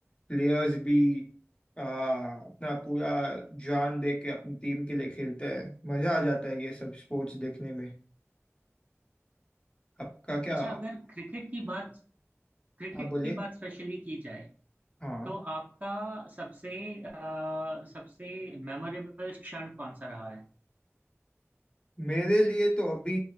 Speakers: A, on the left; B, on the right.
A: प्लेयर्स भी आ, अपना पूरा जान दे के अपनी टीम के लिए खेलते हैं मजा आ जाता है ये सब स्पोर्ट्स देखने में आपका क्या
B: अच्छा
A: आप
B: अगर क्रिकेट की बात क्रिकेट
A: बोलिए
B: की बात स्पेशली की जाए
A: हाँ
B: तो आपका सबसे अ, सबसे मेमोरेबल क्षण कौन सा रहा है
A: मेरे लिए तो अभी